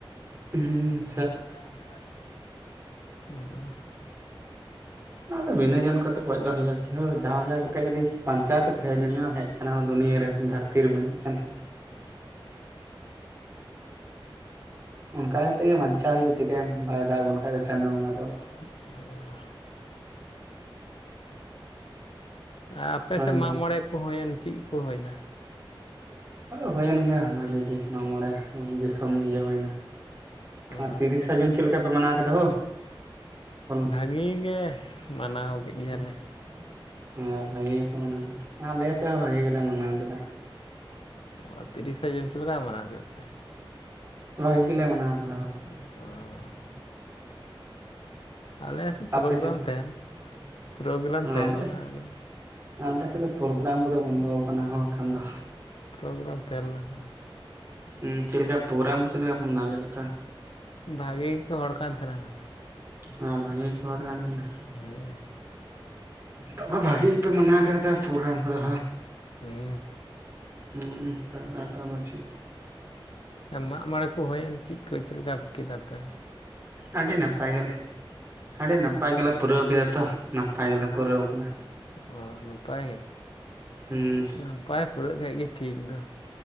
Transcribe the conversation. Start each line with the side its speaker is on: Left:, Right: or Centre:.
Right: ᱦᱮᱸ <unintelligible>
Left: <inaudible>
Right: ᱟᱨ ᱵᱤᱱᱟᱹ ᱡᱚᱱ ᱠᱟᱛᱮᱜ ᱜᱚᱡ ᱫᱚ ᱦᱩᱭᱩᱜᱭᱳᱼᱟ ᱡᱟᱦᱟᱸ ᱞᱮᱠᱟ ᱠᱟᱛᱮ ᱡᱤ ᱵᱟ. ᱧᱪᱟᱭ ᱛᱚ ᱛᱟᱦᱮᱱ ᱦᱮᱡ ᱠᱟᱱᱟ ᱫᱩᱱᱭᱟᱹᱨᱮ ᱫᱷᱟᱹᱨᱛᱤ ᱨᱮᱵᱚᱱ ᱦᱮᱡ ᱟᱠᱟᱱᱟ ᱚᱱᱠᱟ ᱠᱟ ᱠᱟᱛᱮᱜ ᱜᱮ ᱵᱟᱧᱪᱟᱣ ᱦᱩᱭᱩᱜᱭᱼᱟ ᱪᱤᱠᱟᱭᱟ ᱵᱟᱭ ᱫᱟᱜ ᱵᱚᱱ ᱠᱷᱟᱡ ᱫᱚ ᱪᱟᱸᱫᱚᱳ ᱵᱚᱸᱜᱟ ᱫᱟᱜ ᱫᱚ
Left: <unintelligible> ᱟᱨ ᱟᱯᱮᱥᱮᱫ
Right: ᱦᱳᱭ ᱫᱚ
Left: ᱢᱟᱜ ᱢᱚᱬᱮ ᱠᱚ ᱦᱩᱭᱮᱱ ᱪᱮᱫ ᱠᱚ ᱦᱩᱭᱱᱟ
Right: ᱦᱩᱭᱮᱱ ᱜᱮᱭᱟ ᱵᱷᱟᱹᱜᱤ ᱜᱮ ᱢᱟᱜᱢᱚᱬᱮ ᱫᱤᱥᱚᱢ ᱤᱭᱟᱹ ᱦᱩᱭᱱᱟ
Left: ᱚ
Right: ᱟᱨ ᱛᱤᱨᱤᱥᱟ ᱡᱩᱱ ᱪᱮᱫ ᱞᱮᱠᱟ ᱯᱮ ᱢᱟᱱᱟᱣ ᱠᱮᱫᱟ ᱦᱳ ᱦᱩᱞ
Left: ᱵᱷᱟᱹᱜᱤ ᱜᱮ ᱢᱟᱱᱟᱣ ᱠᱮᱫ ᱜᱮᱭᱟᱞᱮ
Right: <inaudible> ᱟᱨᱮᱸ ᱵᱷᱟᱜᱤ ᱜᱮᱯᱮ ᱢᱟᱱᱟᱣ ᱠᱮᱫᱟ ᱟᱞᱮ ᱥᱮᱫ ᱦᱚᱸ ᱵᱷᱟᱜᱤ ᱜᱮᱞᱮ ᱢᱟᱱᱟᱣ ᱠᱮᱫᱟ
Left: ᱚ ᱛᱤᱨᱤᱥᱟ ᱡᱩᱱ ᱪᱮᱫ ᱞᱮᱠᱟ ᱢᱟᱱᱟᱣ ᱠᱮᱫ ᱛᱮ
Right: ᱵᱷᱟᱹᱜᱤ ᱜᱮᱞᱮ ᱢᱟᱱᱟᱣ ᱠᱟᱫᱟ ᱦᱳ
Left: <inaudible> ᱟᱞᱮ ᱥᱮᱫ
Right: ᱟᱯᱮ
Left: ᱯᱨᱳᱜᱨᱟᱢ
Right: ᱪᱮᱫ ᱞᱮᱠᱟ?
Left: ᱛᱮᱱ ᱯᱨᱳᱜᱨᱟᱢ
Right: ᱟᱞᱮ
Left: ᱛᱟᱦᱮᱸ ᱞᱮᱱᱟ ᱚᱸᱰᱮ᱾
Right: ᱟᱞᱮ ᱥᱮᱫ ᱫᱚ ᱯᱨᱳᱜᱨᱟᱢ ᱠᱚᱫᱚ ᱵᱚᱱᱫᱚ ᱟᱠᱟᱱᱟ ᱮᱠᱷᱚᱱ ᱫᱚ
Left: ᱯᱨᱳᱜᱨᱟᱢ ᱛᱟᱦᱮᱸ ᱞᱮᱱᱟ ᱦᱚᱸ
Right: ᱦᱮᱸ ᱪᱮᱫ ᱞᱮᱠᱟ ᱯᱨᱳᱜᱨᱟᱢ ᱠᱚ ᱪᱮᱫ ᱞᱮᱠᱟ ᱠᱚ ᱢᱟᱱᱟᱣ <unintelligible>
Left: ᱵᱷᱟᱜᱤ ᱜᱮᱠᱚ ᱦᱚᱲ ᱠᱟᱱ ᱛᱟᱦᱮᱱᱟ
Right: ᱮ ᱵᱷᱟᱜᱤ ᱜᱮᱠᱷᱚ ᱦᱚᱲ ᱠᱟᱱ ᱛᱟᱦᱮᱱᱟ
Left: <inaudible>
Right: ᱛᱚᱵᱮ ᱵᱷᱟᱜᱤ ᱜᱮᱯᱮ ᱢᱟᱱᱟᱣ ᱠᱮᱫᱟ ᱯᱨᱳᱜᱨᱟᱢ ᱠᱚᱫᱚ
Left: ᱦᱩᱸ
Right: ᱦᱩᱸ ᱫᱟᱜ ᱫᱚ ᱟᱫᱚ ᱪᱮᱫ
Left: ᱦᱮᱸ ᱢᱟᱜ ᱢᱚᱬᱮ ᱠᱚ ᱪᱮᱫ ᱠᱚ ᱪᱮᱫ ᱞᱮᱠᱟ ᱠᱮᱫᱟᱯᱮ
Right: ᱟᱹᱰᱤ ᱱᱟᱯᱟᱭ ᱜᱮᱞᱮ ᱟᱹᱰᱤ ᱱᱟᱯᱟᱭ ᱜᱮᱞᱮ ᱯᱩᱨᱟᱹᱣ ᱠᱮᱫᱟ ᱛᱚ ᱱᱟᱯᱟᱭ ᱜᱮᱞᱮ ᱯᱩᱨᱟᱹᱣ ᱠᱮᱫᱟ
Left: ᱚ ᱱᱟᱯᱟᱭ ᱜᱮ
Right: ᱦᱩᱸᱻ
Left: ᱱᱟᱯᱟᱭ ᱯᱩᱨᱟᱹᱜ ᱠᱷᱟᱡ ᱜᱮ ᱴᱷᱤᱠ ᱫᱚ᱾